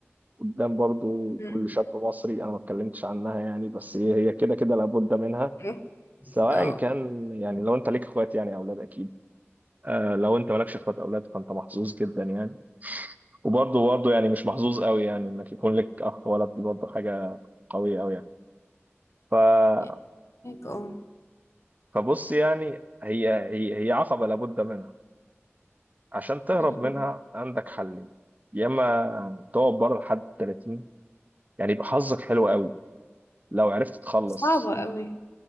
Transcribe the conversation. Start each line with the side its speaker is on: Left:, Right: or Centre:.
Right: قدام برضو
Left: مم.
Right: كل شاب مصري انا ما اتكلمتش عنها يعني بس هي هي كده كده لابد منها
Left: ايه
Right: سواء
Left: اه
Right: كان يعني لو انت ليك اخوات يعني او اولاد اكيد آه، لو انت مالكش اخوات اولاد فانت محظوظ جدا يعني وبرضه برضه يعني مش محظوظ قوي يعني انك يكون لك اخ ولد دي برضه حاجه قويه قوي يعني ف...
Left: يعني هيك اه
Right: فبص يعني هي هي هي عقبه لابد منها عشان تهرب
Left: مهم.
Right: منها عندك حلين يا اما تقعد بره لحد ال 30 يعني يبقى حظك حلو قوي لو عرفت تخلص
Left: صعبة قوي